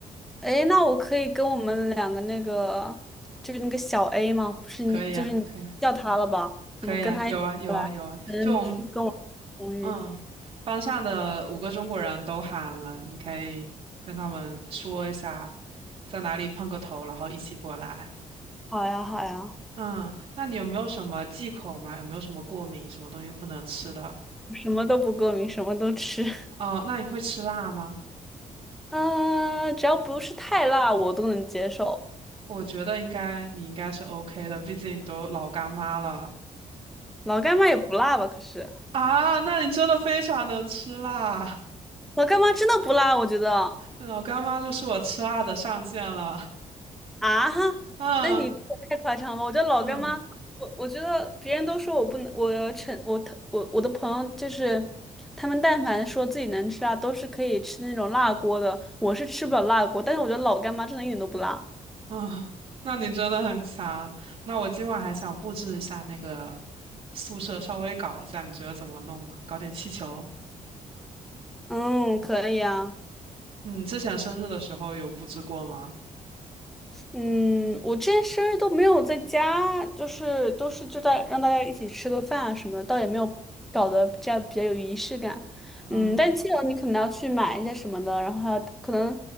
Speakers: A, in the centre; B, on the right.
A: 哎，那我可以跟我们两个那个，就是那个小 A 吗？不是你，
B: 可以呀，
A: 就是你叫他了吧？
B: 可以啊，可以呀，
A: 我们跟他一起过来，
B: 有啊，有啊，有啊。
A: 嗯，
B: 就我们，
A: 就跟我同语。
B: 嗯，班上的五个中国人都喊了，你可以跟他们说一下，在哪里碰个头，然后一起过来。
A: 好呀，好呀，
B: 嗯，那你有没有什么忌口吗？有没有什么过敏，什么东西不能吃的？
A: 什么都不过敏，什么都吃。<laughs>
B: 哦，那你会吃辣吗？
A: 嗯，只要不是太辣，我都能接受。
B: 我觉得应该，你应该是 OK 的，毕竟你都老干妈了。
A: 老干妈也不辣吧？可是
B: 啊，那你真的非常能吃辣，
A: 老干妈真的不辣，我觉得。
B: 老干妈就是我吃辣的上限了。
A: 啊哈，
B: 嗯
A: 那你这个太夸张了！我觉得老干妈，
B: 嗯
A: 我我觉得别人都说我不能，我成我我我的朋友就是他们，但凡说自己能吃辣，都是可以吃那种辣锅的。我是吃不了辣锅，但是我觉得老干妈真的一点都不辣。
B: 嗯，那你真的很强。那我今晚还想布置一下那个宿舍，稍微搞一下，你觉得怎么弄呢？搞点气球。
A: 嗯，可以啊。
B: 嗯，之前生日的时候有布置过吗？
A: 嗯，我之前生日都没有在家，就是都是就在让大家一起吃个饭啊什么的，倒也没有搞得这样比较有仪式感。
B: 嗯，
A: 嗯，但记得你可能要去买一些什么的，然后还有可能，